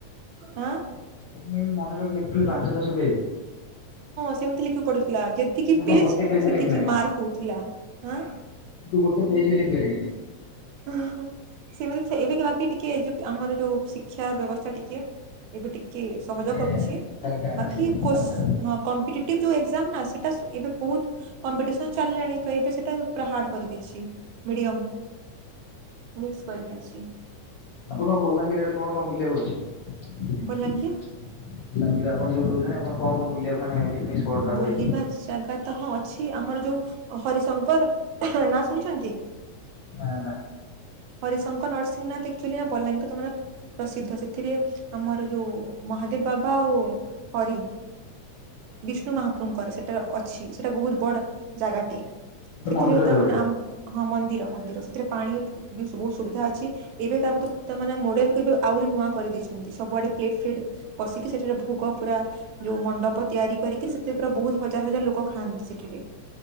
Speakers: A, on the right; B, on the left.
A: ହଁ
B: ଆପଣ କେମିତି ମନେ ରଖି ଲେଖୁଥିଲେ ପାଞ୍ଚ ଦଶ ପେଜ୍?
A: ସେମିତି ଲେଖିବାକୁ ପଡୁଥିଲା ଯେତିକି
B: ମୁଁ
A: ପେଜ୍।
B: ତ ଗୋଟେ ବି
A: ସେ
B: ଲେଖିପାରିବିନି।
A: କିଛି ମାର କହୁଥିଲା ଆଁ
B: ତୁ ଗୋଟେ ପେଜ ବି ଲେଖି ପାରିବିନି।
A: ଆହଂ! ସେମିତି ଏବେ ବାକି ଟିକେ, ଏଜୁ ଆମର ଯୋଉ ଶିକ୍ଷା ବ୍ୟବସ୍ଥା, ଟିକେ ଏବେ ଟି କି ସହଜ
B: ଏ
A: କରୁଛି।
B: ହାଲକା ହାଲକା
A: ବାକି କୋଶ୍,
B: କଥା।
A: ହଁ କମ୍ପିଟେଟିଭ ଯୋଉ ଏକଜାମ୍ ନା ସେ ବାସ ଏବେ ବହୁତ କମ୍ପିଟିସନ ଚାଲିଲାଣି ତ ଏବେ ସେଟା ପୁରା ହାର୍ଡ କରିଦେଇଛି ମିଡିୟମ। ମିକ୍ସ କରି ଦେଇଛି।
B: ଆପଣଙ୍କ ବଲାଙ୍ଗୀର ଆଡେ କଣ କଣ ବୁଲିବାକୁ ଅଛି?
A: ବଲାଙ୍ଗୀର
B: ବଲାଙ୍ଗୀର ଆପଣ ଯୋଉଠି ରହୁଛନ୍ତି, ଆପଣ କଣ କଣ ବୁଲିବାକୁ ମାନେ ପିକନିକ୍ ସ୍ପଟ୍ ଫଟ୍
A: ବୁଲିବା
B: ଭାଇ
A: ଜାଗା ତ ହଁ ଅଛି। ଆମର ଯୋଉ ହରିଶଙ୍କର ନାଁ ଶୁଣିଛନ୍ତି?
B: ନା ନା।
A: ହରିଶଙ୍କର, ନରସିଂହନାଥ, ଆକଚୁଆଲି ନା ବଲାଙ୍ଗୀର ତମର ପ୍ରସିଦ୍ଧ। ସେଥିରେ ଆମର ଯୋଉ ମହାଦେବ ବାବା, ଆଉ ହରି। ବିଷ୍ଣୁ ମହାପ୍ରଭୁଙ୍କର ସେଟାର ଅଛି। ସେଟା ବହୁତ ବଡ ଜାଗାଟେ।
B: ଗୋଟେ
A: ସେଥିରେ
B: ମନ୍ଦିରଟେ
A: ତାମାନେ
B: ଭଳିଆ।
A: ଆମ ହଁ ମନ୍ଦିର ମନ୍ଦିର ସେଥିରେ ପାଣି ବହୁତ ସୁବିଧା ଅଛି। ଏବେ ତାମାନେ ମଡେଲକୁ ଏବେ ଆଉ ନୂଆ କରିଦେଇଛନ୍ତି। ସବୁଆଡେ ପ୍ଲେଟ ଫ୍ଲେଟ ବଶିକି, ସେଠାରେ ଭୋଗ ପୁରା ଯୋଉ ମଣ୍ଡପ ତିଆରି କରିକି, ସେଥିରେ ପୁରା ବହୁତ ହଜାର ହଜାର ଲୋକ ଖାଆନ୍ତି ସେଠି। ସେଥିରେ,